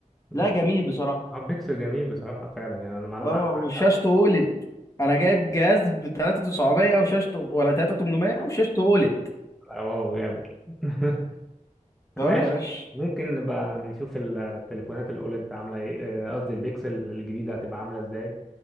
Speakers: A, in the centre; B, on the left.
A: مم.
B: لا جميل بصراحة
A: آه، بيكسل جميل بصراحه فعلا يعني انا انا
B: أه
A: معاك
B: وشاشته
A: معاك.
B: أولد أنا جايب جهاز ب 3900 وشاشته ولا 3800 وشاشته أولد
A: اه جامد <laughs>
B: اه
A: ماشي
B: يا باشا
A: ممكن نبقى نشوف التليفونات الاولد عامله ايه آه، قصدي البيكسل الجديده هتبقى عامله ازاي